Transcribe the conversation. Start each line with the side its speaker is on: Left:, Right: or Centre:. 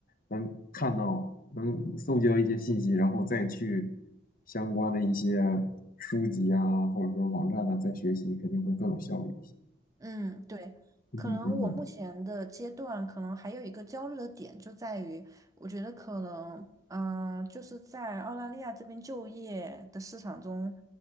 Left: 能看到，能搜集到一些信息，然后再去相关的一些书籍啊，或者说网站啊，再学习，肯定会更有效率一些。
Right: 嗯，对，
Left: 嗯嗯，
Right: 可能我目前的阶段，可能还有一个焦虑的点就在于，我觉得可能，嗯、就是在澳大利亚这边就业的市场中，